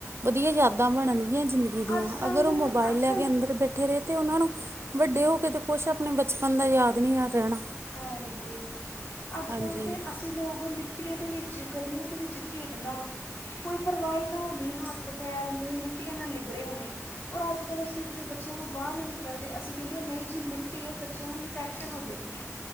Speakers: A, on the right; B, on the left.
A: ਵਧੀਆ ਯਾਦਾਂ ਬਣਨਗੀਆਂ ਜਿ ਲੱਆਂ
B: ਅੱਜ ਕੱਲ
A: ਅਗਰ ਉਹ ਮੋਬਾਈਲੈ
B: ਅੱਜ ਕੱਲ
A: ਕੇ ਅੰਦਰ ਬੈਠ ਬੈਠੇ ਰਹੇ ਤੇ ਉਹਨਾਂ ਨੂੰ ਵੱਡੇ ਹੋ ਕੇ ਤੇ, ਕੁਛ ਆਪਣੇ ਬਚਪਨ ਦਾ ਯਾਦ ਨਹੀਂ ਯ ਰਹਿਣਾ।
B: ਹਾਂਜੀ ਅੱਜ
A: ਹਾਂਜੀ
B: ਕੱਲ੍ਹ ਤਾਂ ਅਸੀ ਅਸੀਂ ਲੋਕ ਮਿੱਟੀਆਂ ਦੇ ਵਿੱਚ ਗਲੀਆਂ ਦੇ ਵਿੱਚ ਖੇਡਣਾ ਕੋਈ ਪਰਵਾ ਹੀ ਨਾ ਹੋਣੀ। ਹੱਥ ਪੈਰ ਮੂੰਹ ਮਿੱਟੀਆਂ ਨਾਲ ਲਿਬੜੇ ਹੋਣੇ ਔਰ ਅੱਜ ਕੱਲ੍ਹ ਅਸੀਂ ਬੱਚਿਆਂ ਨੂੰ ਬਾਹਰ ਹੀ ਨਹੀਂ ਕੱਢਦੇ। ਅਸੀਂ ਕਹਿੰਦੇ ਹਾਂ ਨਹੀਂ ਜੀ ਮਿੱਟੀ ਹੈ ਬੱਚਿਆਂ ਨੂੰ ਇਨਫੈਕਸ਼ਨ ਹੋ ਜਾਵੇਗੀ।